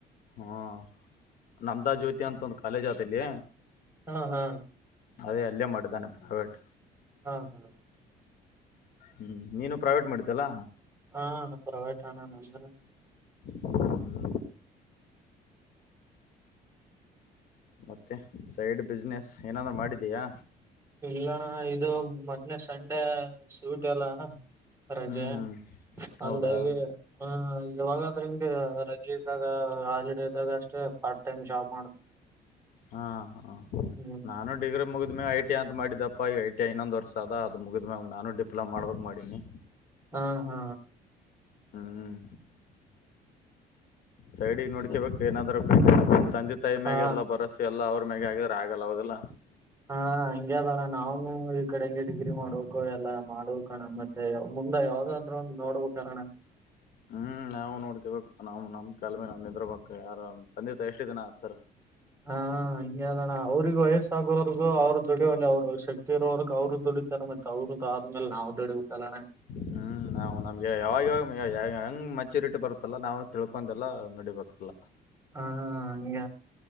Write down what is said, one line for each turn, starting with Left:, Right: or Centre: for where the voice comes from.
Left: ಹಾ ನಂದ ಜ್ಯೋತಿ ಅಂತ ಒಂದು ಕಾಲೇಜ್ ಆತಲ್ಲಿ.
Right: ಹಾ ಹಾ
Left: ಅದೇ ಅಲ್ಲೇ ಮಾಡಿದ್ದಾನೆ ಪ್ರೈವೇಟ್.
Right: ಹಾ ಹಾ
Left: ಹ್ಞೂ ನೀನು ಪ್ರೈವೇಟ್ ಮಾಡಿದ್ದಲ್ಲ
Right: ಹಾ ಪ್ರವೇಟ್ಣ ನಂದ
Left: ಹ್ಮ್ ಮತ್ತೆ ಸೈಡ್ ಬಿಸ್ನೆಸ್ ಏನಾದ್ ಮಾಡಿದಯಾ
Right: ಇಲ್ಲಣ್ಣ ಇದು ಮೊನ್ನೆ ಸಂಡೆ ಸೂಟ್ ಎಲ್ಲ ರಜೆ
Left: ಹ್ಮ್ ಹ್ಮ್
Right: ಅಂದಾಗಿ
Left: ಹೌದಾ
Right: ಇವಾಗಾದ್ರೆಂಗ ರಜೆ ಇದ್ದಾಗ ಹಾಲಿಡ ಇದ್ದಾಗ ಅಷ್ಟೇ ಪಾರ್ಟ್ ಟೈಮ್ ಜಾಬ್ ಮಾಡೆ
Left: ಹಾ ಹಾ
Right: ಹ್ಮ್
Left: ನಾನು ಡಿಗ್ರಿ ಮುಗಿದ ಮಾಗ ಟಿ ಅ ಮಾಡಿದ್ದಪ್ಪ ಈಗ ಐ ಟಐನ್ನೊಂದು ವರ್ಷ ಅದ ಅದು ಮುಗಿದ್ಯಾಗ ನಾನು ಡಿಪ್ಲಮ ಮಾಡಬೇಕ ಮಾಡೀನಿ
Right: ಹಾ ಹಾ
Left: ಹ್ಮ್ ಸೈಡಿಗೆ ನೋಡ್ಕಬೇಕು ಏನಾದ್ರೂ ತಂದಿತ್ತು ತೈಮ್ಯಾಗೆ
Right: ಹಾ
Left: ಎಲ್ಲ ಬರಸಿ ಎಲ್ಲ ಅವ್ರ ಮ್ಯೆ ಆಗಿದ್ರೆ ಆಗಲ್ಲ ಅವದೆಲ್ಲ
Right: ಹಾ ಹಂಗ ಅದಣ ನಾವ್ನು ಈ ಕಡೆಂಗೆ ಡಿಗ್ರಿ ಮಾಡ್ ಎಲ್ಲ ಮಾಡುವ ಕಣ ಮತ್ತೆ ಮುಂದ ಯಾವ್ದಾದ್ರ ನೋಡ್ಬೇಕುಣ
Left: ಹ್ಮ್ ನಾವವು ನೋಡ್ಕಬೇಕ ನಾ ನಮ ಕಲ್ಮಿ ನ್ ನಿದ್ರ ಬಕ್ ಯಾರ ತಂದೆ ತ ಎಷ್ಟ ಇದಿನ ಆತರ
Right: ಹ ಹಂಗಿದೆ ಅವರಿಗೂ ಎಷ್ಟು ಗೋವರ್ಗೂ ಅವ್ರ ದುಡ ಅವ್ರ ಶಕ್ತಿ ಇರೋವಗ್ ಅವರು ದುಡಿತರ ಮ ಅವರು ಆದ್ಮೇಲೆ ನಾವು ದುಡಬೇಕುಲ್ಲ
Left: ಹ್ಮ್ ನಾವು ನಮ್ಗೆ ಯಾವಾಗ ಯಾವಾಗ ಹೆಂಗ್ ಮಚ್ಯೂರಿಟಿ ಬರುತ್ತಲ್ಲ ನಾವವು ತಿಳ್ಕೊಂಡೆಲ್ಲ ನೋಡಿಬೇಕಲ್ಲ
Right: ಹಾ ಹಂಗ